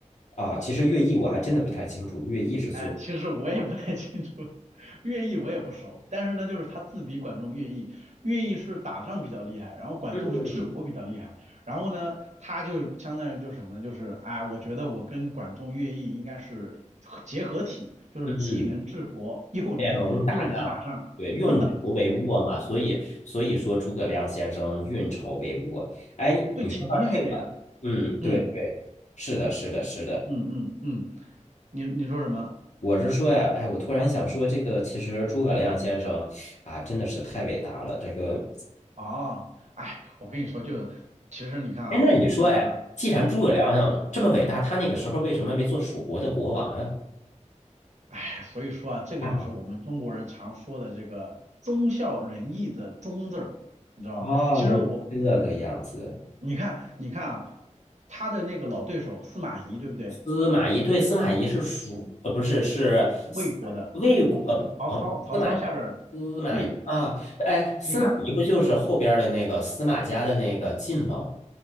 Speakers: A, on the left; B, on the right.
A: 啊，其实乐毅我还真的不太清楚，乐毅是做什
B: 哎，其实我也不太清楚，<laughs> 乐毅我也不熟，但是呢，就是他自比管仲乐毅，乐毅是打仗比较厉害，然后管仲是治国比较厉害，
A: 么
B: 然后呢，他就相当于就是什么呢？就是啊，我觉得我跟管仲乐毅应该是结合体，就是既能治国又能又能打仗，
A: 嗯嗯。也能打仗，对，运筹帷幄嘛，
B: <laughs>
A: 所以所以说诸葛亮先生运筹帷幄。哎，
B: 对，
A: 你说到这个，
B: 挺厉害的呀。
A: 嗯，
B: 嗯
A: 对对，是的，是的，是的。
B: 嗯嗯嗯，你你说什么？
A: 我是说呀，哎，我突然想说，这个其实诸葛亮先生啊，真的是太伟大了。这个，
B: 哦，哎，我跟你说，就其实你看啊，
A: 哎，那你说，
B: 呃，
A: 哎，既然诸葛亮这么伟大，
B: 嗯。
A: 他那个时候为什么没做蜀国的国王呀？
B: 哎，所以说啊，这个就是我们中国人常说的这个忠孝仁义的忠字儿，
A: 啊，
B: 你知道吗？
A: 哦，
B: 其实我，
A: 原来这个样子。
B: 你看，你看啊，他的那个老对手司马懿，对不对？
A: 司马懿对，司马懿是蜀，呃，不是是司魏国，
B: 魏国的，
A: 呃，
B: 就曹操，
A: 哦，
B: 曹操下边儿的。
A: 司马懿，司马懿啊，
B: 对，
A: 哎，司马懿不就是后边儿的那个司马家的那个晋吗？
B: 你看